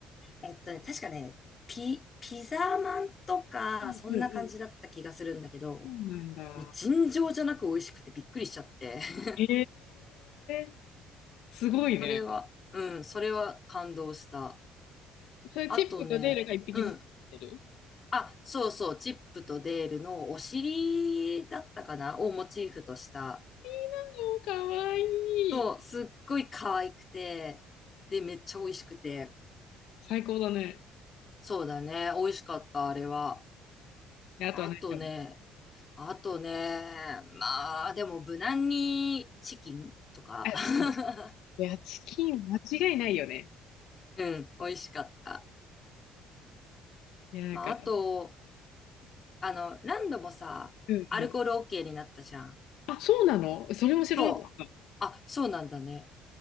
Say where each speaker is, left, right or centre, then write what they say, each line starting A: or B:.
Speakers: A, on the left (about 35°); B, on the left (about 75°).
A: えっとね、確かね、ピ、ピザマンとか、
B: うんうんうん。
A: そんな感じだった気がするんだけど、
B: そうなんだ。
A: もう尋常じゃなく美味しくてびっくりしちゃって。<laughs>
B: えー。すごいね。
A: それは、うん、それは感動した。
B: それチップとデールが一匹ずつ出てる。
A: あとね、うん。
B: い
A: あ、そうそう、チップとデールのお尻だったかなをモチーフとした。
B: いなの、もうかわい
A: そう、
B: い。
A: すっごい可愛くて、で、めっちゃ美味しくて。
B: 最高だね。
A: そうだね、美味しかった、あれは。
B: であとは何食べる
A: あとね、あとね、まあ、でも無難にチキンとか。
B: あ、
A: <laughs>
B: チキン。いや、チキン間違いないよね。
A: うん、美味しかった。
B: いや、なんか、
A: まあ、あと、
B: ね、
A: あの、何度もさ、
B: うんうん。
A: アルコール OK になったじゃん。
B: あ、そうなのそれも知らなかった。
A: そう。あ、そうなんだね。